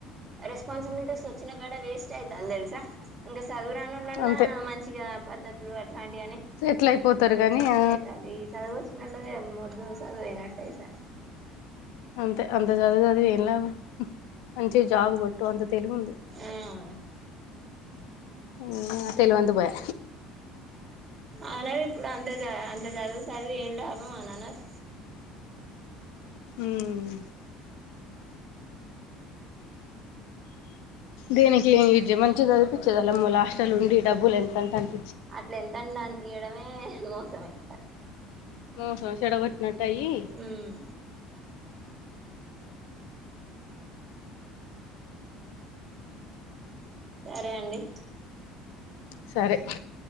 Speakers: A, on the right; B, on the left.
A: రెస్పాన్సిబిలిటీస్ వచ్చినా కాడ వేస్ట్ అయితారు తెలుసా ఇంకా చదువు రాని వాళ్ళన్నా
B: అంతే
A: మంచిగా పద్ద్దతులు అట్లాంటి అని
B: సెటిల్ అయిపోతారు గానీ
A: సెటిల్
B: ఆ
A: అయితారు ఈ చదువు వచ్చిన వాళ్ళదే ద ఆదియినట్ట అయితేా
B: అంతే అంతే చదివి చదివి ఎలా మంచి జాబ్ కొట్టు అంత తెలివి ఉంది
A: ఆ
B: ఉమ్ తెలివి అంతా పోయా
A: అనా ఇప్పుడు అంద అంత చదువు చదువు ఏం లాభం అనన్నారు
B: ఉమ్ దేనికి ఏం విద్య మంచిది చనిపించేదలమ్మ లాస్టల్ ఉండి డబ్బులు ఎంతంటంట
A: అట్ల ఎంతండి అని తయడమే <unintelligible>
B: ఒ ఫోన్ సెడ్ గొట్నయ్యి
A: ఉమ్ సరే అండి
B: సరే
A: ఉమ్